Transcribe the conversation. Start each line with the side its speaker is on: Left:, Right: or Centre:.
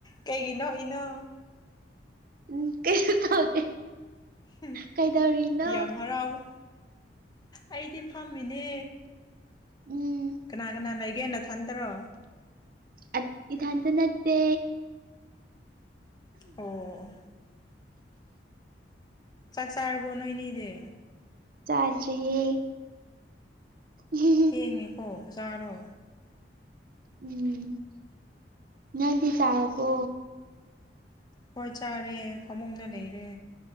Left: ꯀꯩꯒꯤ ꯅꯣꯛꯏꯅꯣ
Right: ꯎꯝ ꯀꯩꯁꯨ ꯇꯧꯗꯦ
Left: ꯍꯨꯝ
Right: ꯀꯩꯗꯧꯔꯤꯅꯣ
Left: ꯌꯥꯝ ꯍꯔꯥꯎꯋꯤ ꯑꯩꯗꯤ ꯐꯝꯃꯤꯅꯦ
Right: ꯎꯝ
Left: ꯀꯅꯥ ꯀꯅꯥ ꯂꯩꯒꯦ ꯅ ꯊꯟꯗꯔꯣ
Right: ꯑꯠ ꯏꯊꯟꯇ ꯅꯠꯇꯦ
Left: ꯑꯣ ꯑꯣ ꯆꯥꯛ ꯆꯥꯔꯕꯣ ꯅꯣꯏꯅꯤꯗꯤ
Right: ꯆꯥꯗ꯭ꯔꯤꯌꯦ ꯌꯦ
Left: ꯊꯦꯡꯉꯦꯀꯣ ꯖꯥꯔꯣ
Right: ꯎꯝ ꯅꯪꯗꯤ ꯆꯥꯔꯕꯣ
Left: ꯍꯣꯏꯠ ꯆꯥꯔꯦ ꯐꯃꯨꯡꯗ ꯂꯩꯔꯦ